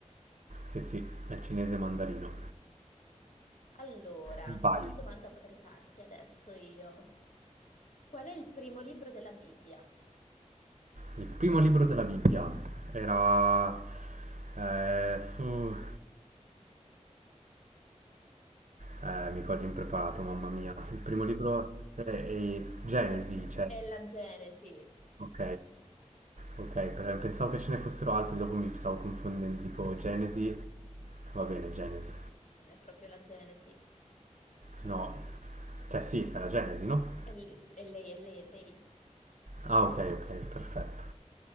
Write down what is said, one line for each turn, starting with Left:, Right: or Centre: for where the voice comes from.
Right: Sì, sì, è il cinese mandarino.
Left: Allora,
Right: Vai.
Left: che domanda potrei farti adesso io? Qual è il primo libro della Bibbia?
Right: Il primo libro della Bibbia era eh, fu- Eh, mi cogli impreparato, mamma mia.
Left: <laughs>
Right: Il primo libro è, è Genesi,
Left: Allora,
Right: cioè,
Left: è la Genesi.
Right: ok, ok, per- pensavo che ce ne fossero altri, dopo mi stavo confondendo, dico
Left: <laughs>
Right: Genesi, va bene, Genesi.
Left: Non è proprio la Genesi.
Right: No, cioè sì, era Genesi, no?
Left: È lei, e lei, è lei, è lei.
Right: Ah, ok, ok, perfetto.